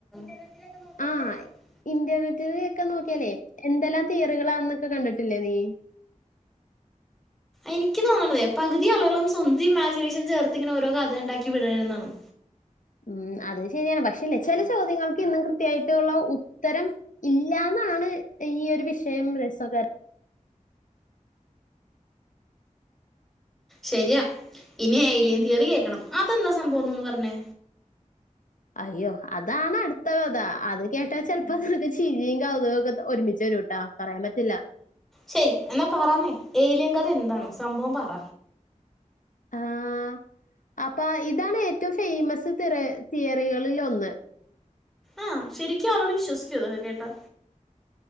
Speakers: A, in the centre; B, on the left.
A: <inaudible>
B: ആ ഇന്റർനെറ്റിലൊക്കെ നോക്കിയാലേ എന്തെല്ലാം തിയറികളാണെന്നൊക്കെ കണ്ടിട്ടില്ലേ നീ
A: എനിക്ക് തോണതെ പകുതി ആളുകളും സ്വന്തം ഇമാജിനേഷൻ ചേർത്തിങ്ങനെ ഓരോ കഥ ഇണ്ടാക്കി വിടാണ്ന്നാണ്
B: ഉം അതും ശെരിയാണ് പക്ഷേല്ലെ ചെല ചോദ്യങ്ങൾക്ക് ഇന്നും കൃത്യായിട്ടുള്ള ഉത്തരം ഇല്ലാന്നാണ് ഈ ഒരു വിഷയം രസകർ
A: ശരിയാ ഇനി ഏലിയൻ തിയറി കേക്കണം അതെന്താ സംഭവന്ന് ഒന്ന് പറഞ്ഞേ
B: അയ്യോ അതാണ് അടുത്ത കഥ അത് കേട്ടാൽ ചെലപ്പോ നിനക്ക് ചിരിയും കൗതുകൊക്കെ ഒരുമിച്ച് വരൂട്ടോ പറയാൻ പറ്റില്ല
A: ശരി എന്നാ പറന്നേ ഏലിയൻ കഥ എന്താണ് സംഭവം പറ
B: ആഹ് അപ്പ ഇതാണ് ഏറ്റവും ഫേമസ് തിറ തിയറികളിലൊന്ന്
A: ആഹ് ശരിക്കും ആളുകൾ വിശ്വസിക്കോ ഇതൊക്കെ കേട്ടാ